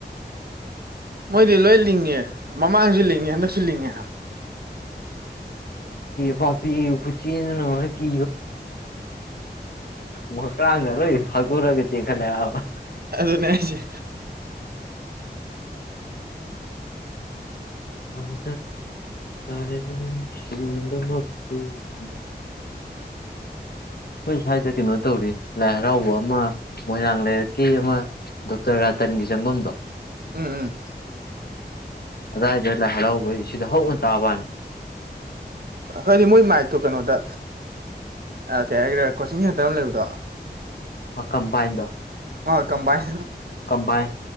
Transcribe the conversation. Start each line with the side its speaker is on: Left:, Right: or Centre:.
Right: ꯃꯣꯏꯗꯤ ꯂꯣꯏ ꯂꯤꯡꯉꯦ ꯃꯃꯥꯡꯁꯨ ꯂꯤꯡꯉꯦ ꯍꯟꯗꯛꯁꯨ ꯂꯤꯡꯉꯦ
Left: ꯄꯤꯄꯤ ꯈꯨꯨꯆꯅꯣ ꯀ ꯃꯀꯥꯡ ꯉꯔꯣꯏ ꯐꯒꯔꯒ ꯆꯦ ꯈꯜꯂꯦꯕ
Right: ꯑꯗꯨ ꯑꯗꯨꯅꯦꯁꯤꯦ
Left: ꯃꯗ ꯇꯔꯒꯗ <inaudible> ꯑꯩꯈꯣꯏ ꯁ꯭ꯋꯥꯏꯗ ꯀꯩꯅꯣ ꯇꯧꯔꯤ ꯂꯥꯏ ꯍꯔꯥꯎꯕ ꯑꯃ ꯃꯣꯏꯔꯥꯡ ꯂꯩꯔꯛꯀꯤ ꯑꯃ ꯗꯣꯛꯇꯔ ꯔꯥꯇꯟꯒꯤ ꯆꯪꯐꯝꯗꯣ
Right: ꯎꯝ ꯎꯝ
Left: ꯑꯏꯗꯂ ꯍꯜꯂꯥꯎꯧꯕꯩ ꯁꯤꯗ ꯍꯧꯅ ꯇꯥꯕꯅꯤ
Right: ꯑꯩꯈꯣꯏꯗꯤ ꯃꯣꯏ ꯃꯥꯏꯛꯇꯣ ꯀꯩꯅꯣꯗ ꯑ ꯀꯩ ꯍꯥꯏꯒ꯭ꯔꯦ ꯀꯣꯆꯤꯡ ꯍꯦꯟꯇꯔ ꯑꯃ ꯂꯩꯕꯗꯣ
Left: ꯑ ꯀꯝꯕꯥꯏꯟꯗ
Right: ꯑꯣ ꯀꯕꯥꯥꯏꯟ
Left: ꯀꯝꯕꯥꯏꯟ